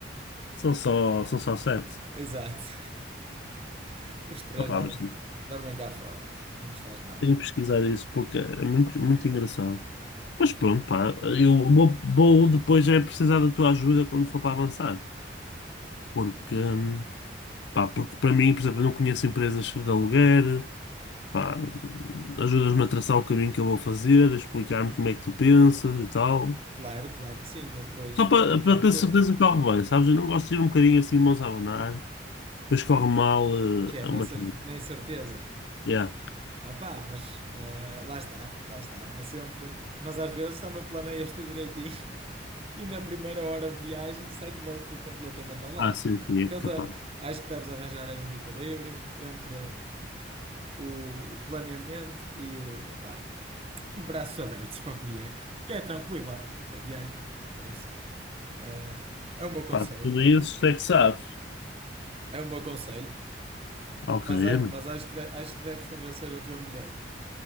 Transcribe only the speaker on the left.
São só, são só sete
Opá,
mas
Tenho que pesquisar isso porque é muito, muito engraçado. Mas pronto, pá, eu vou, vou depois é precisar da tua ajuda quando for para avançar. Porque, hum, pá, porque para mim, por exemplo, eu não conheço empresas de aluguer, pá, ajudas-me a traçar o caminho que eu vou fazer, a explicar-me como é que tu pensas e tal.
Só para,
para ter certeza que corre bem, sabes? Eu não gosto de ir um bocadinho assim, mãos a abanar, depois corre mal, eh,
é
uma.
coisa.
Yeah.
Ah, sim, sim, é
capaz.
Pá, tudo isso é que sabes.
Ok,
é
mesmo.